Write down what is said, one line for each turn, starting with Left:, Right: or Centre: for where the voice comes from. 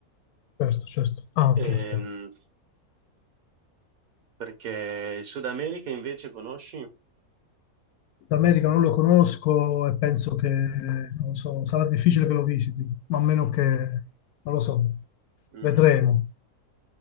Left: Certo, certo. Ah, ok,
Right: Ehm,
Left: ok.
Right: perché il Sud America invece conosci?
Left: L'America non lo conosco e penso che, non so, sarà difficile che lo visiti, ma a meno che, non lo so,
Right: Mm.
Left: vedremo.